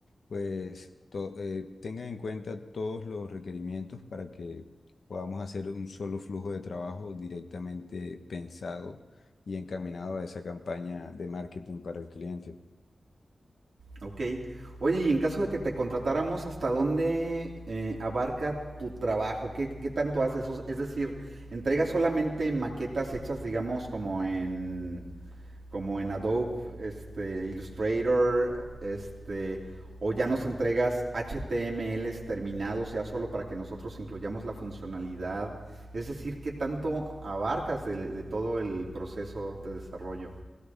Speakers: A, on the left; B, on the right.
A: pues, to- eh, tenga en cuenta todos los requerimientos para que podamos hacer un solo flujo de trabajo directamente pensado y encaminado a esa campaña de marketing para el cliente.
B: Ok. Oye, y en caso de que te contratáramos, ¿hasta dónde eh, abarca tu trabajo? ¿Qué, qué tanto haces? O- Es decir, ¿entregas solamente maquetas hechas, digamos, como en, como en Adobe, este, Illustrator, este, o ya nos entregas HTMLs terminados ya solo para que nosotros incluyamos la funcionalidad? Es decir, ¿qué tanto abarcas de, de todo el proceso de desarrollo?